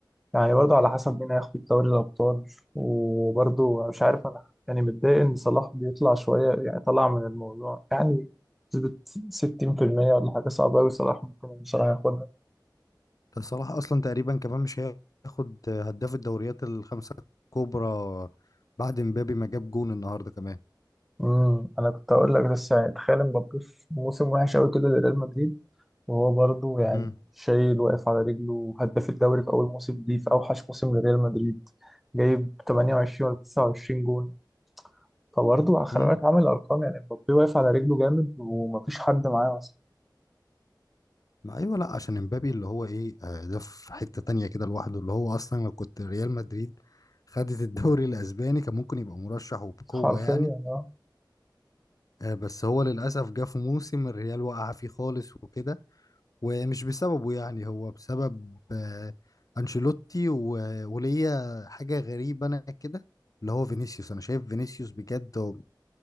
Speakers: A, in the centre; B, on the left.
A: يعني برضه على حسب مين هياخد دوري الابطال وبرضه مش عارف انا يعني متضايق ان صلاح بيطلع شويه يعني طلع من الموضوع يعني بنسبه 60% ولا حاجه صعبه قوي صلاح ممكن بصراحه ياخدها
B: ده صلاح اصلا تقريبا كمان مش هياخد هداف الدوريات الخمسه الكبرى بعد مبابي ما جاب جون النهارده كمان
A: امم انا كنت هقول لك بس يعني تخيل مبابي في موسم وحش قوي كده لريال مدريد وهو برضه يعني
B: امم
A: شايل واقف على رجله هداف الدوري في اول موسم ليه في اوحش موسم لريال مدريد جايب 28 ولا 29 جون فبرضه خلي
B: امم
A: بالك عامل ارقام يعني مبابي واقف على رجله جامد ومفيش حد معاه اصلا
B: ما ايوه لا عشان مبابي اللي هو ايه آه، ده في حته تانية كده لوحده اللي هو اصلا لو كنت ريال مدريد خدت الدوري الاسباني كان ممكن يبقى مرشح وبقوه
A: حرفيا
B: يعني
A: اه
B: آه، بس هو للاسف جه في موسم الريال وقع فيه خالص وكده ومش بسببه يعني هو بسبب آه، انشيلوتي و- وليا حاجه غريبه انا كده اللي هو فينيسيوس انا شايف فينيسيوس بجد هو